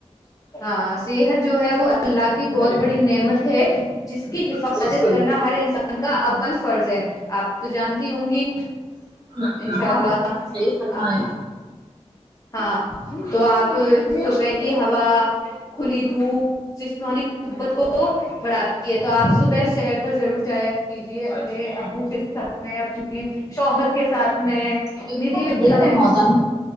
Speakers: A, on the left; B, on the right.
A: ہاں صحت جو ہے وہ اللہ کی بہت بڑی نعمت ہے جس کی حفاظت
B: بالکل
A: کرنا ہر انسان کا ال فرض ہے آپ تو جانتی ہوں گی
B: ہاں،
A: انشاء اللہ
B: آپ نے بالکل صحیح فرمایا
A: آپ ہاں تو آپ صبح کی ہوا کھلی دھوپ جسمانی قبت کو بڑاتی ہے تو آپ صبح ش ضرور جایا کیجیےہ ا بک کے ساتھ میں اپنی کے ساتھ میں
B: بالکل
A: ندھی بھی
B: بالکل
A: گل ہیں
B: محترم